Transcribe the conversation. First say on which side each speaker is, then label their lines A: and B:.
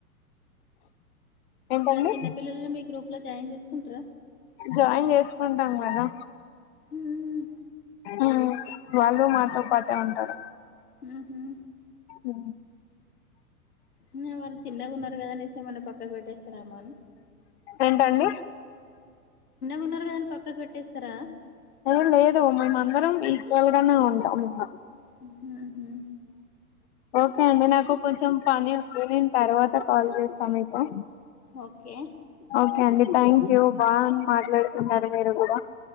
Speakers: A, on the left (about 45°); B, on the left (about 75°).
A: ఏంటండి
B: మరా చిన్నపిల్లల్ని మీ గ్రూప్ లో జాయిన్ జేసుకుంటర
A: జాయిన్ జేసుకుంటాం కదా
B: ఊ
A: ఆ వాళ్ళు మాతో పాటే ఉంటరు
B: ఊహూ
A: య
B: న వాళ్ళు చిన్నగున్నారు గదా అనేసి ఏమన్న పక్కకు పెట్టేస్తారెమో అని
A: ఏంటండి
B: గున్నారు గదా అని పక్కకు పెట్టేస్తారా
A: ఓ లేదు మేమందరం ఈక్వల్ గానే ఉంటాం ఇంగ
B: ఉహు
A: ఓకే అండి నాకు కొంచెం పని ఉంది నేను తర్వాత కాల్ చేస్తా మీకు
B: ఓకే
A: ఓకే అండి థ్యాంక్ యూ బామాట్లాడుతున్నారు
B: బ
A: మీరు గూడ